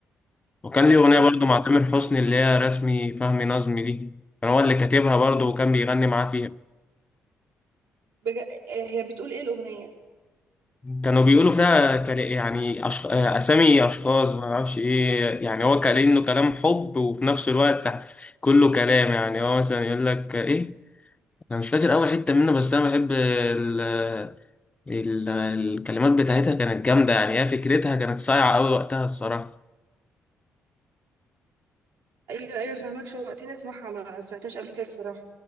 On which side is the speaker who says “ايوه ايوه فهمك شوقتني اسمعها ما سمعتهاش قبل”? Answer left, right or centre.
Right